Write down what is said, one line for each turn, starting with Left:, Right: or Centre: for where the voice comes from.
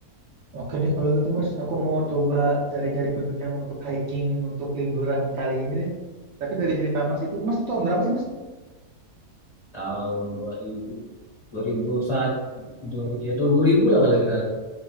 Right: Oke deh kalau gitu Mas, aku mau coba cari-cari gunung yang untuk hiking, untuk liburan kali ini deh. Tapi dari cerita Mas itu, Mas itu tahun berapa sih Mas?
Left: tahun 2000 dua ribu satu, dua ribu, ya tahun 2000 lah kalau nggak salah